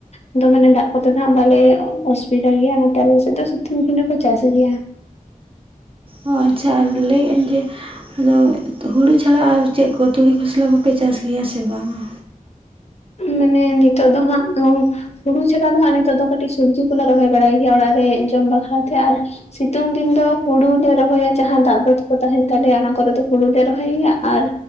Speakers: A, on the left; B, on the right.
A: ᱟᱫᱚ ᱢᱟᱱᱮ ᱫᱟᱜ ᱠᱚᱛᱮ ᱫᱚ ᱦᱟᱸᱟᱜ ᱵᱟᱞᱮ ᱚᱥᱩᱵᱤᱫᱟ ᱜᱮᱭᱟ ᱚᱱᱟᱛᱮ ᱟᱞᱮᱥᱮᱫ ᱫᱚ ᱥᱤᱩᱛᱩᱝ ᱫᱤᱱᱹ ᱦᱚᱠᱚ ᱪᱟᱥ ᱜᱮᱭᱟ
B: ᱚ ᱟᱪᱪᱷᱟ ᱞᱟᱹᱭᱮᱫ ᱟᱹᱧ ᱡᱮ ᱟᱫᱚ ᱦᱩᱲᱩ ᱪᱷᱟᱲᱟ ᱟᱨ ᱪᱮᱫ ᱠᱚ ᱛᱩᱲᱤ ᱠᱷᱚᱥᱞᱟ ᱠᱚᱯᱮ ᱪᱟᱥ ᱜᱮᱭᱟ ᱥᱮ ᱵᱟᱝᱟ
A: ᱢᱟᱱᱮ ᱱᱤᱛᱚᱜ ᱫᱚ ᱦᱟᱸᱜ ᱟᱫᱚ ᱦᱩᱲᱩ ᱪᱷᱟᱲᱟ ᱫᱚ ᱦᱟᱸᱜ ᱱᱤᱛᱚᱜ ᱫᱚ ᱠᱟᱹᱴᱤᱡ ᱥᱚᱵᱽᱡᱤ ᱠᱚᱞᱮ ᱨᱚᱦᱚᱭ ᱵᱟᱲᱟᱭ ᱜᱮᱭᱟ ᱚᱲᱟᱜ ᱨᱮ ᱡᱚᱢ ᱵᱟᱠᱷᱨᱟ ᱛᱮ ᱟᱨ ᱥᱤᱛᱩᱝ ᱫᱤᱱ ᱫᱚ ᱦᱩᱲᱩ ᱞᱮ ᱨᱚᱦᱚᱭᱟ ᱡᱟᱦᱟᱸ ᱫᱟᱜ ᱵᱟᱹᱫ ᱠᱚ ᱛᱟᱦᱮᱱ ᱛᱟᱞᱮᱭᱟ ᱚᱱᱟ ᱠᱚᱨᱮ ᱫᱚ ᱦᱩᱲᱩᱞ ᱞᱮ ᱨᱚᱦᱚᱭ ᱜᱮᱭᱟ ᱟᱨ